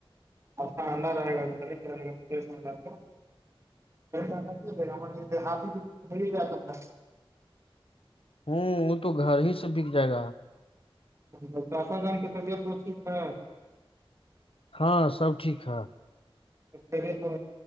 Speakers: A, on the right; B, on the left.
A: اپنا انڈر رہے گا رہے گاڈ ہات گیا تھا
B: ہوں وہ تو گھر ہی سے بک جائے گا
A: ہ چاشا جان کی طبیعت تو ٹھیک ہے
B: ہاں سب ٹھیک ہے
A: سگا